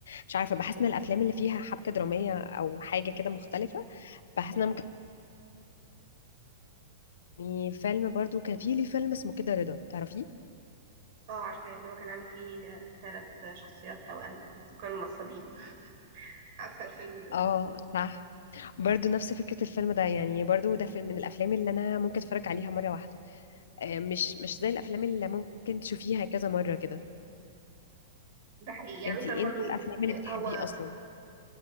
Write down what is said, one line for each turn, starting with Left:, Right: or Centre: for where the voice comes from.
Left: مش عارفه بحس ان الافلام اللي فيها حبكه دراميه او حاجه كده مختلفه بحس انها ممكن يعني فيلم برضو كان فيه ليه فيلم اسمه كده رضا تعرفيه
Right: اه عارفه اللي هو كان عامل فيه ثلاث شخصيات توأم وكانوا نصابين عارفه الفيلم ده
Left: اه صح برضو نفس فكره الفيلم ده يعني برضو ده في- من الافلام اللي انا ممكن اتفرج عليها مره واحده آه، مش مش زي الافلام اللي ممكن تشوفيها كذا مره كده
Right: ده حقيقي يعني
Left: انتي
Right: مثلا
Left: ايه
Right: برضو
Left: نوع الافلام اللي
Right: آه،
Left: بتحبيه
Right: هو
Left: اصلا